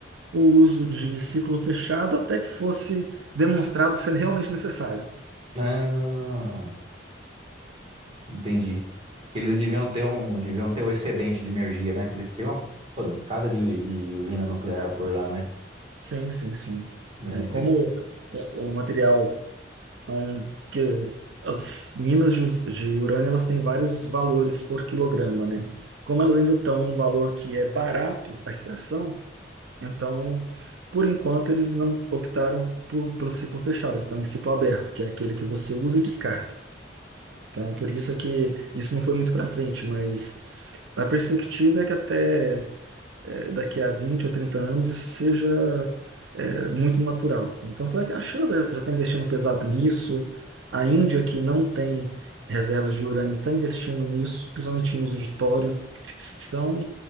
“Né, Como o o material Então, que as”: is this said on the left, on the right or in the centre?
Right